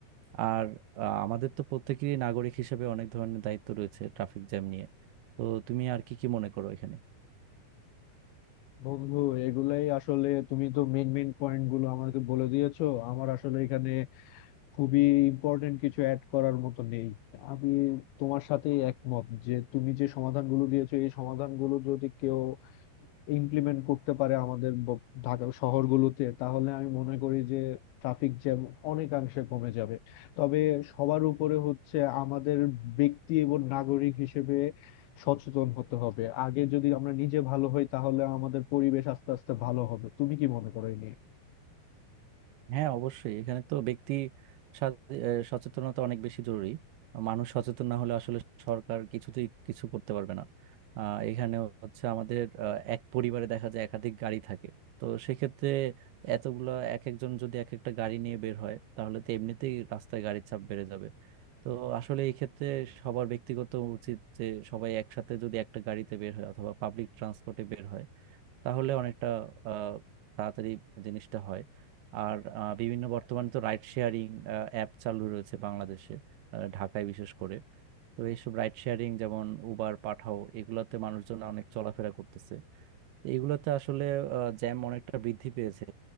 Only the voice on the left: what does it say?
বন্ধু এগুলাই আসলে তুমি তো মেন মেন পয়েন্ট গুলো আমাকে বলে দিয়েছো আমার আসলে এখানে খুবই ইম্পর্টেন্ট কিছু অ্যাড করার মতো নেই আমি তোমার সাথে একমত যে তুমি যে সমাধানগুলো দিয়েছো এই সমাধানগুলো যদি কেউ ইমপ্লিমেন্ট করতে পারে আমাদের ব- ঢাকা শহরগুলোতে তাহলে আমি মনে করি যে ট্রাফিক জ্যাম অনেকাংশে কমে যাবে তবে সবার উপরে হচ্ছে আমাদের ব্যক্তি এবং নাগরিক হিসেবে সচেতন হতে হবে আগে যদি আমরা নিজে ভালো হই তাহলে আমাদের পরিবেশ আস্তে আস্তে ভালো হবে তুমি কি মনে করো এই নিয়ে